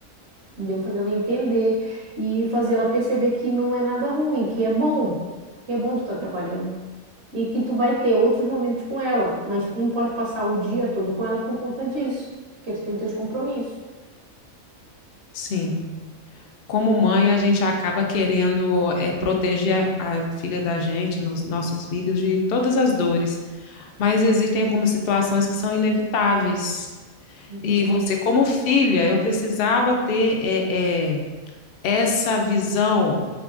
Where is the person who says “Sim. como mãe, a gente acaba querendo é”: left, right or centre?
Left